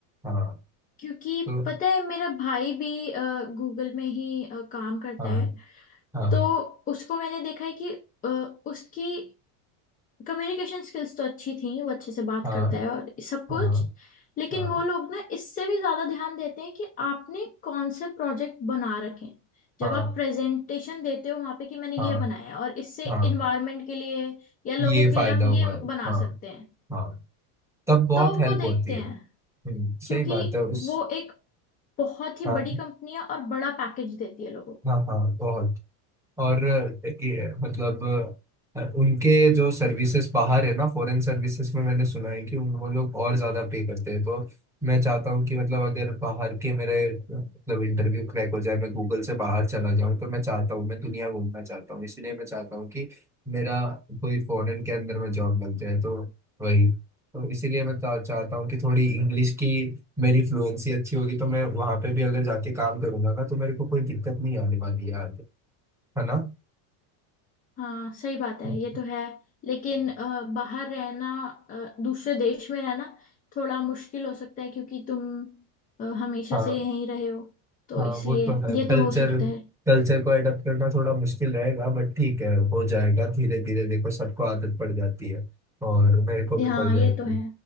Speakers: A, in the centre; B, on the left.
A: हाँ
B: क्योंकि
A: तो
B: पता है मेरा भाई भी गूगल में ही अ, काम करता
A: हाँ
B: है
A: हाँ
B: तो उसको मैंने देखा है कि अ, उसकी कम्युनिकेशन स्किल्स तो अच्छी थी वो अच्छे से बात
A: हाँ
B: करता है और सब कुछ
A: हाँ
B: लेकिन
A: हाँ
B: वो लोग ना इससे भी ज्यादा ध्यान देते हैं कि आपने कौन से प्रोजेक्ट बना रखे हैं जब
A: हाँ
B: आप प्रेजेंटेशन देते हो वहां पे कि मैंने
A: हाँ
B: ये बनाया है और इससे
A: हाँ
B: इन्वायरमेंट के लिए या लोगों
A: ये फायदा
B: के लिए हम
A: हुआ
B: ये
A: है
B: बना
A: हाँ
B: सकते हैं
A: हाँ तब बहुत
B: तो
A: हेल्प
B: वो देखते
A: होती है
B: हैं
A: हम्म,
B: क्योंकि
A: सही बात है उस
B: वो एक बहुत ही
A: हाँ
B: बड़ी कंपनी है और बड़ा पैकेज देती है लोगों को
A: हाँ हाँ बहुत और अ, ये, मतलब अ, उनके जो सर्विसेज बाहर है ना फॉरेन सर्विसेज में मैंने सुना है कि उन वो लोग और ज्यादा पे करते हैं तो मैं चाहता हूँ कि मतलब अगर बाहर के मेरे मतलब इंटरव्यू क्रैक हो जाए मैं गूगल से बाहर चला जाऊँ तो मैं चाहता हूँ मैं दुनिया घूमना चाहता हूँ इसलिए मैं चाहता हूँ कि मेरा कोई फॉरेन के अंदर में जॉब लग जाए तो वही तो इसीलिए मैं चा- चाहता हूँ कि थोड़ी इंग्लिश की मेरी फ्लुएंसी अच्छी होगी तो मैं वहां पे भी अगर जाके काम करूंगा ना तो मेरे को कोई दिक्कत नहीं आने वाली यार है ना
B: हाँ सही बात है
A: हाँ
B: ये तो है लेकिन अ, बाहर रहना अ, दूसरे देश में रहना थोड़ा मुश्किल हो सकता है क्योंकि तुम अ, हमेशा
A: हाँ
B: से यहीं रहे हो तो
A: हाँ
B: इसलिए
A: वो तो है
B: ये
A: कल्चर
B: तो हो सकता है
A: कल्चर को अडॉप्ट करना थोड़ा मुश्किल रहेगा बट ठीक है हो जाएगा धीरे धीरे देखो सबको आदत पड़ जाती है और मेरे को
B: ये-
A: भी पड़
B: हाँ
A: जाएगी
B: ये तो है